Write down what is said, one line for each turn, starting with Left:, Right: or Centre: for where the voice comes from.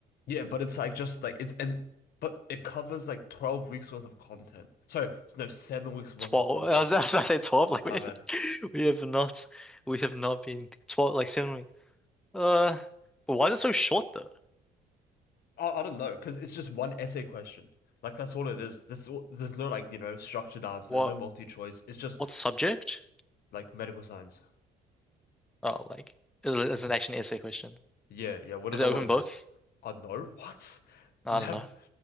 Left: Yeah, but it's like just like it's and but it covers like 12 weeks worth of content. Sorry, no, seven weeks worth
Centre: 12.
Left: of content.
Centre: I was, <laughs> I was about to say 12. Like
Left: My
Centre: we have,
Left: bad.
Centre: we have not we have not been 12 like 7 weeks. Uh but why is it so short though?
Left: I, I don't know, because it's just one essay question. Like that's all it is. This there's no like, you know, structured answer.
Centre: What
Left: There's no multi choice. It's just
Centre: what subject?
Left: like medical science.
Centre: Oh, like is it is it actually an essay question?
Left: Yeah, yeah, we don't
Centre: Is
Left: know
Centre: it open
Left: what it
Centre: book?
Left: is. I know what? <laughs>
Centre: I
Left: That,
Centre: don't know.